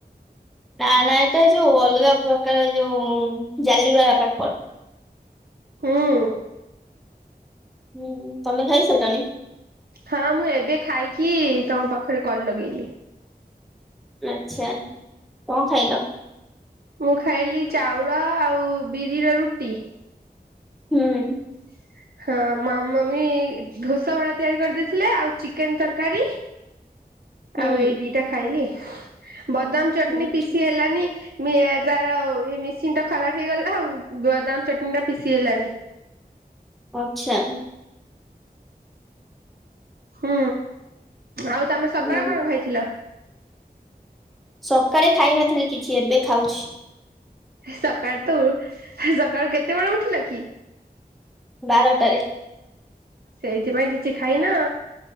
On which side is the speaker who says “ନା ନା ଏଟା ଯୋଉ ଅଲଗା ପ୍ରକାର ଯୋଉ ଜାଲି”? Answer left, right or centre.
Centre